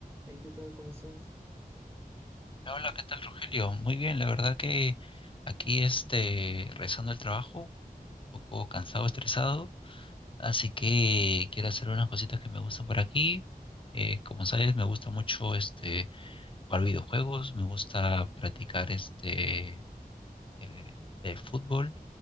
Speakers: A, on the right (about 15°); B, on the left (about 35°).
A: Hey, ¿qué tal? ¿Cómo estás?
B: Hola, ¿qué tal, Rogelio? Muy bien, la verdad que aquí este, regresando al trabajo, un poco cansado, estresado, así que quiero hacer unas cositas que me gustan por aquí. Eh, como sabes, me gusta mucho este, jugar videojuegos, me gusta practicar este, eh, el fútbol,